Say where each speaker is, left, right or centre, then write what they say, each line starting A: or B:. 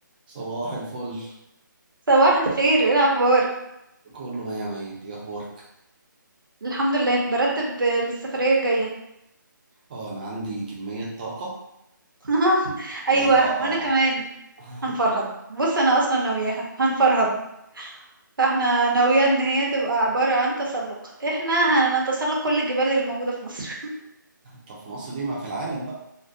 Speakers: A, on the right; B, on the right.
A: صباح الفل
B: صباح الخير ايه الاخبار
A: كله مية مية انت ايه اخبارك
B: الحمد لله برتب آه، للسفريه الجايه
A: اه انا عندي كمية طاقة
B: <laughs>
A: عايز
B: ايوه
A: بقى افرهد
B: وانا كمان
A: بقى <laughs>
B: هنفرهد بص انا اصلا ناوياها هنفرهد فاحنا ناويه ان هي تبقى عباره عن تسلق احنا هنتسلق كل الجبال اللي موجوده في مصر
A: طب في مصر ليه ما في العالم بقى